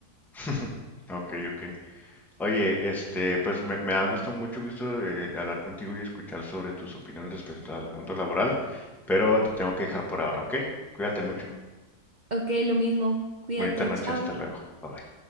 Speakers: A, in the centre; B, on the right.
A: <laughs> Ok, ok. Oye, este, pues me, me ha gustado mucho gusto eh, hablar contigo y escuchar sobre tus opiniones respecto al mundo laboral, pero te tengo que dejar por ahora, ¿ok? Cuídate mucho.
B: Ok, lo mismo. Cuídate,
A: Bonita noche,
B: chao.
A: hasta luego. Bye bye.